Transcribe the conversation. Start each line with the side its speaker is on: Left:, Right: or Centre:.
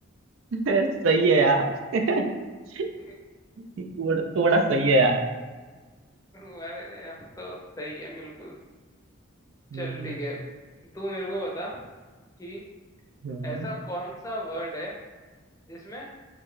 Right: <laughs> सही है यार <laughs>
Left: <laughs>
Right: थोड़ा थोड़ा सही है यार
Left: अरे हम तो सही है बिल्कुल
Right: हम्म
Left: चल ठीक है तू मेरे को बता कि
Right: हम्म,
Left: ऐसा कौन सा वर्ड है जिसमें